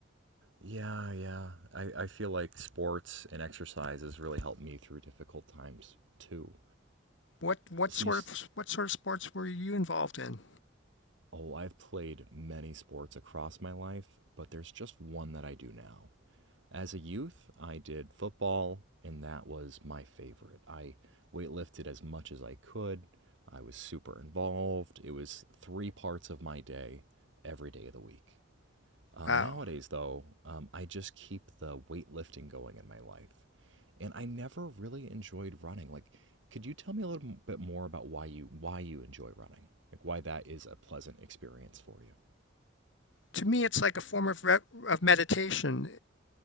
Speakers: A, on the right; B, on the left.
A: Yeah, yeah. I, I feel like sports and exercise has really helped me through difficult times too.
B: What what
A: So
B: sort
A: you, s-
B: of what sort of sports were you involved in?
A: oh, I've played many sports across my life, but there's just one that I do now. As a youth, I did football, and that was my favorite. I weightlifted as much as I could. I was super involved. It was three parts of my day every day of the week. Um,
B: Wow.
A: nowadays, though, um, I just keep the weightlifting going in my life. And I never really enjoyed running. Like, could you tell me a little bit more about why you why you enjoy running? Like why that is a pleasant experience for you?
B: To me, it's like a form of re- of meditation.